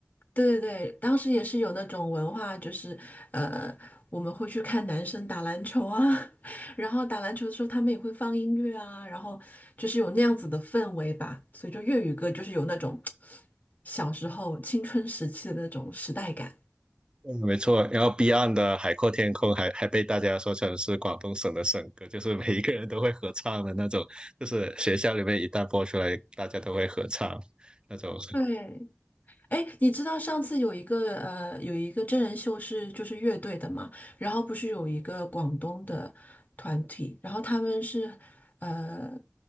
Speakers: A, on the left; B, on the right.
A: 对对对，当时也是有那种文化，就是呃，我们会去看男生打篮球啊。<laughs> 然后打篮球的时候，他们也会放音乐啊，然后就是有那样子的氛围吧，所以就粤语歌就是有那种小时候青春时期的那种时代感。
B: 嗯，没错，然后 Beyond 的《海阔天空》还还被大家说成是广东省的省歌，就是每一个人都会合唱的那种，就是学校里面一旦播出来，大家都会合唱那种。
A: 对，哎，你知道上次有一个呃有一个真人秀是就是乐队的嘛，然后不是有一个广东的团体，然后他们是呃